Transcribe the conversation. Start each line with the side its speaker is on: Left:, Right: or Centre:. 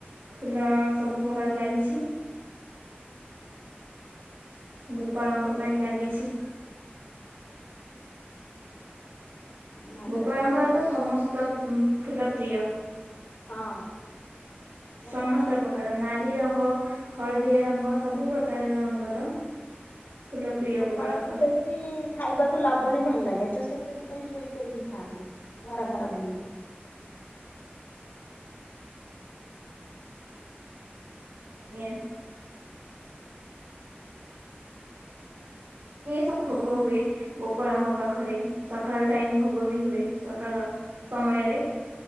Right: ଫୁଲ ସବୁ ପ୍ରକାର ଲାଗିଛି। <inaudible> ଗୋପାଳଙ୍କ ପାଇଁ ଲାଗିଛି।
Left: ନାଟ
Right: ଗୋପାଳଙ୍କର
Left: ଗୋପାଳ
Right: ତ ସମସ୍ତ ଫୁଲ ପ୍ରିୟ।
Left: ହଁ ଗୋପାଳ
Right: ସମସ୍ତ ପ୍ରକାର ନାଲି ରଙ୍ଗ। ହଳଦିଆ ରଙ୍ଗ ସବୁ ପ୍ରକାରର ରଙ୍ଗର ଫୁଲ ପ୍ରିୟ
Left: ଗୋପାଳଙ୍କୁ
Right: ଗୋପାଳଙ୍କର
Left: ବେଶୀ ଖାଇବାକୁ ଲ ଲବଣୀ ଭଲ ଲାଗେ ତ ସେ ସେଥିପାଇଁ ଚୋରି କରିକି ଖାଆନ୍ତି ଘର ଘର ବୁଲି।
Right: <inaudible> ଆଜ୍ଞା। ସବୁ ଭୋଗ ହୁଏ ଗୋପାଳଙ୍କ ପାଖରେ ସକାଳ ଟାଇମ ଭୋଗ ବି ହୁଏ ସକାଳ ସମୟରେ।